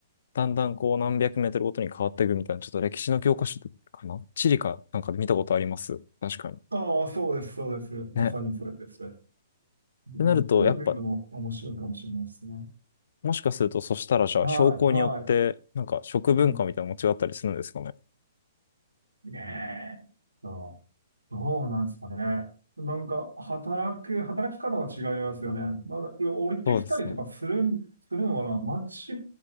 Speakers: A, on the left; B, on the right.
A: だんだんこう何百メートルごとに変わっていくみたいな、ちょっと歴史の教科書かな地理かなんかで見たことあります。確かに。
B: ああー、そうです、そうです。まさにそれですね。
A: ね。っ
B: うん、
A: てなると、
B: そういうの見るのも面白いかもしれないですね。
A: やっぱ、もしかすると、そしたらじゃあ、
B: はい、
A: 標高によって、
B: はい。
A: なんか食文化みたいなのも違ったりするんですかね。
B: うんねえ。ああどうなんですかね。なんか、働く、働き方は違いますよね。なんか、降りてきたりとかするん、
A: そうですね。
B: するのかな街、